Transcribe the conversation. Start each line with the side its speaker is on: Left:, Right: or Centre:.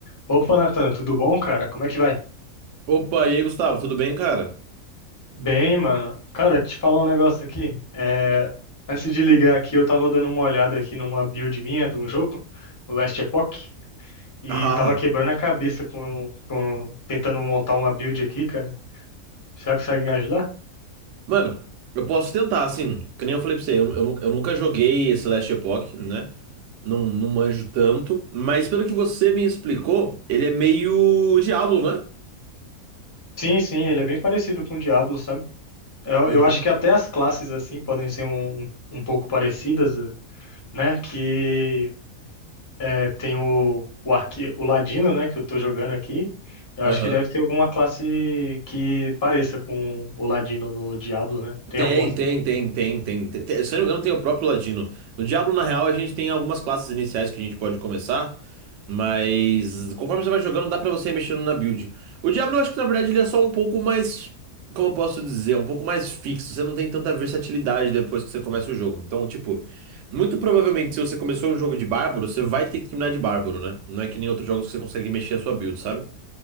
Left: Opa, Nathan, tudo bom, cara? Como é que vai?
Right: Opa, e aí, Gustavo, tudo bem, cara?
Left: Bem, mano. Cara, te falar um negócio aqui. É, Antes de ligar aqui, eu tava dando uma olhada aqui numa build minha de um jogo, o Last Epoch, e
Right: Ah,
Left: tava quebrando a cabeça com, com- tentando montar uma build aqui, cara. Será Você consegue me ajudar?
Right: mano, eu posso tentar, assim, que nem eu falei pra você, eu, eu, nu- eu nunca joguei esse Last Epoch, né? Não, não manjo tanto, mas pelo que você me explicou, ele é meio Diablo, né?
Left: Sim, sim, ele é bem parecido com o Diablo, sabe? Eu,
Right: Uhum,
Left: eu acho que até as classes, assim, podem ser um, um, um pouco parecidas, né? Que É, tem o, o, arque... o Ladino, né, que eu tô jogando aqui. Eu acho
Right: aham.
Left: que deve ter alguma classe que pareça com o Ladino no Diablo, né? Tem
Right: Tem,
Left: alguma?
Right: tem, tem, tem, tem, tem, tem. Se eu não me engano, tem o próprio Ladino. No Diablo, na real, a gente tem algumas classes iniciais que a gente pode começar. Mas conforme você vai jogando, dá pra você ir mexendo na build. O Diablo, eu acho que na verdade ele é só um pouco mais. Como eu posso dizer? Um pouco mais fixo. Você não tem tanta versatilidade depois que você começa o jogo. Então, tipo, muito provavelmente se você começou um jogo de bárbaro, você vai ter que terminar de bárbaro, né? Não é que nem outros jogos que você consegue mexer a sua build, sabe?